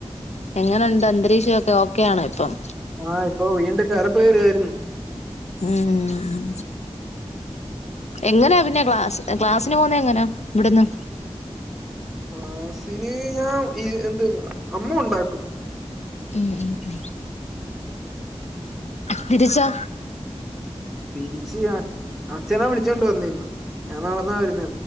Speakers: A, on the left; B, in the centre.
A: എങ്ങനുണ്ട് അന്തരീക്ഷൊയൊക്കെ ഓക്കെയാണോ ഇപ്പം
B: ആഹ് ഇപ്പോ വീണ്ടും കറ പേര്‌ വേരു
A: ഹം എങ്ങനെയാ പിന്നെ ക്ലാസ് ക്ലാസിന് പോവുന്ന എങ്ങനാ ഇവിടുന്ന്
B: മാസിന് ഞാ ഈ എന്ത് അമ്മു ഉണ്ടാക്കും
A: ഉം ഉം ഉം തിരിച്ചോ
B: തിരിച്ച് അ അഛനാ വിളിച്ചോണ്ട് വന്നിന്ന് ഞാൻ നടന്നാ വരുന്നെ